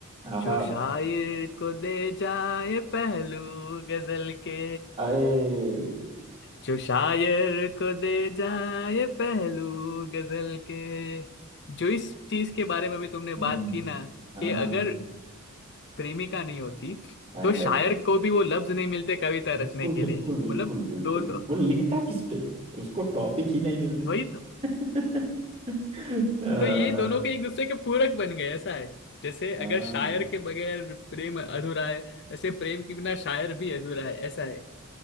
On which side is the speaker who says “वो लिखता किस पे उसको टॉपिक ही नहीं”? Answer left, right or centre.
Right